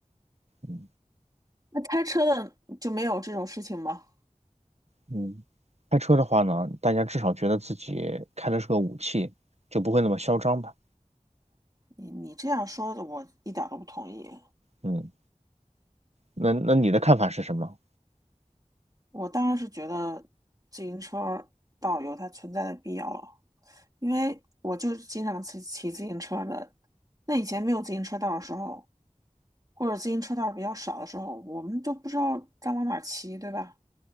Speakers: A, on the right; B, on the right.
A: 嗯
B: 那开车的就没有这种事情吗？
A: 嗯，开车的话呢，大家至少觉得自己开的是个武器，就不会那么嚣张吧？
B: 你你这样说的，我一点都不同意。
A: 嗯，那那你的看法是什么？
B: 我当然是觉得自行车道有它存在的必要了，因为我就是经常骑骑自行车的。那以前没有自行车道的时候，或者自行车道比较少的时候，我们就不知道该往哪儿骑，对吧？